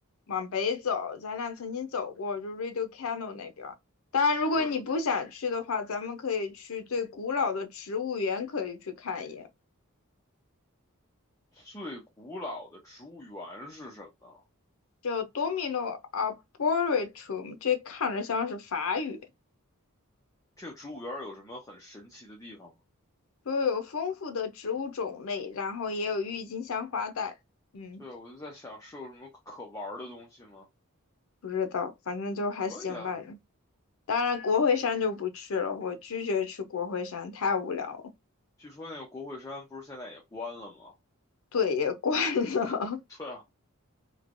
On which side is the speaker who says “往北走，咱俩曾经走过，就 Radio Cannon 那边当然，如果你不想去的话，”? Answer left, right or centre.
Left